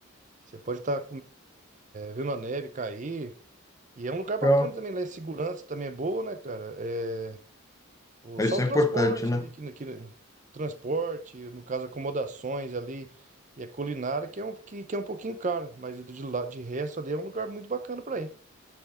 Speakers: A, on the right; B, on the left.
A: você pode estar vendo a neve cair. E é um lugar
B: Então,
A: bacana também, lá em segurança também é boa, né, cara? É, o,
B: Isso
A: só o
B: é
A: transporte
B: importante, né?
A: ali, que, que transporte, no caso, acomodações ali, e a culinária, que é um, que, que é um pouquinho caro, mas de, lá de resto ali é um lugar muito bacana para ir.